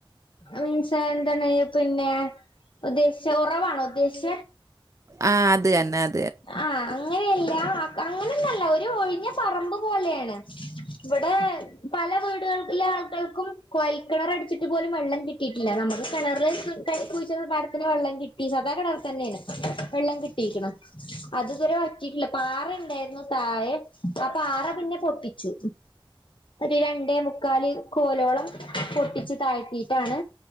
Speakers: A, on the left; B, on the right.
A: മീൻസ് എന്താണ് പിന്നെ ഉദ്ദേശിച്ച ഉറവാണോ ഉദ്ദേശ
B: ആ അത്ന്നെ അ
A: ആ അ ങ്ങനെയല്ല അങ്ങനന്നല്ല ഒരു ഒഴിഞ്ഞ പറമ്പ് പോലെയാണ് ഇവിടെ പല വീട്ക എല്ല ആൾക്കൾക്കും കോയൽ കിണർ അടിച്ചിട്ട് പോലും വെള്ളം കിട്ടിയിട്ടില്ല നമക്ക് കിണർ കുഴിച്ച പാരത്തിന് വെള്ളം കിട്ടി സദാ കിണർ തന്നെയാണ് വെള്ളം കിട്ടി അത് ഇത്വരെവറ്റിട്ടില്ല പാറണ്ടാരുന്നു തായെ ആ പാറ പിന്നെ പൊട്ടിച്ചു ഒരു രണ്ടേ മുക്കാല് കോലോളം പൊട്ടിച്ചു താഴ്ത്തിട്ടാണ്